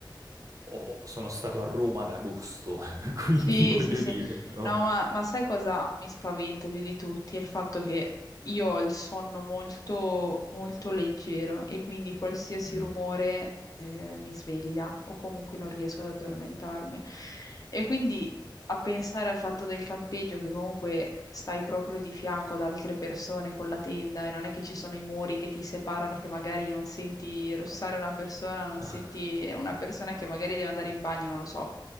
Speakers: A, on the right; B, on the left.
A: ho- ho- sono stato a Roma ad agosto, <laughs> quindi
B: Sì,
A: voglio
B: sì, sì.
A: dire, no.
B: No, ma, ma sai cosa mi spaventa più di tutti? È il fatto che io ho il sonno molto, molto leggero e quindi qualsiasi
A: Mh,
B: rumore eh, mi sveglia o comunque non riesco
A: okay.
B: ad addormentarmi. E quindi a pensare al fatto del campeggio che comunque stai proprio di fianco ad altre persone con la tenda e non è che ci sono i muri che ti separano, che magari non senti russare
A: Ah.
B: una persona, non
A: <laughs>
B: senti una persona
A: Ma
B: che magari deve andare in bagno, non lo so,